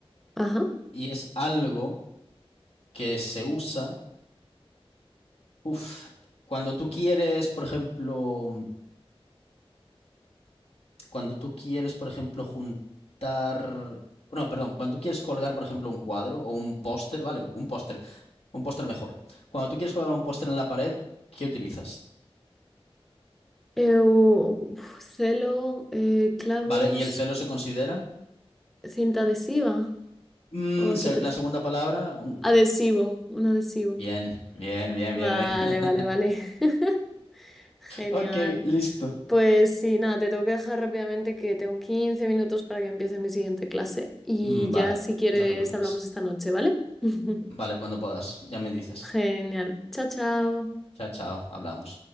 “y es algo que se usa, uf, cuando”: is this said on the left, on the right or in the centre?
Left